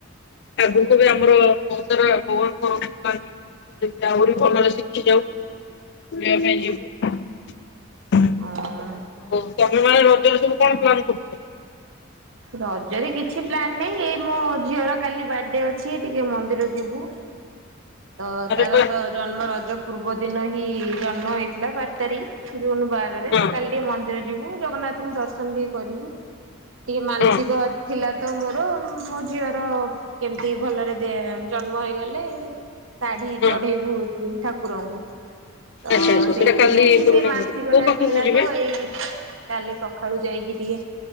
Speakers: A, on the left; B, on the right.
A: ଆଗକୁ ବି ଆମର ବହୁତ ସାରା କର ଆହୁରି ଭଲରେ ଶିଖି ଯାଉ ବୁଲିବା ପାଇଁ ଯିବୁ।
B: ହୁଁ ହଁ।
A: ଆଉ ତମେ ମାନେ ରଜ ରେ ସବୁ କଣ ପ୍ଲାନ କରୁଛ?
B: ରଜରେ କିଛି ପ୍ଲାନ ନହିଁ ଏଇ ମୋ ଝିଅର କାଲି ବାର୍ଥଡେ ଅଛି ଟିକେ ମନ୍ଦିର ଯିବୁ। ତ
A: ଆରେ
B: ତାର
A: ବା
B: ତ ଜନ୍ମ ରଜ ପୂର୍ବ ଦିନ ହିଁ ଜନ୍ମ ହେଇଥିଲା ବାର ତାରିଖ ଜୁନ ବାରରେ
A: ହଁ
B: ତ କାଲି ଟିକେ ମନ୍ଦିର ଯିବୁ ଜଗନ୍ନାଥ ତୁ ଦର୍ଶନ ଟିକେ କରିବୁ ଟିକେ ମାନସିକ
A: ହଁ
B: ଥିଲା। ତମ ଆ ମୋ ଝିଅର କେମିତି ଭଲରେ ଜନ୍ମ ହେଇଗଲେ ଶାଢୀ
A: ହଁ।
B: ଚଢ଼େଇ ବୁତ ଠାକୁରଙ୍କୁ ତ
A: ଆଚ୍ଛା ଆଚ୍ଛା
B: ସେଇଥିପାଇଁ
A: ସେଇଟା କାଲି
B: କି
A: ପୁରୁଣା
B: ସେଇ ମାନସିକ
A: କୋଉ
B: ଟା
A: ପାଖକୁ
B: ଥିଲା
A: ଯିବେ
B: ତ ଏଇ କାଲି ପ ଖଡୁ ଯାଇଗି ଟିକଏ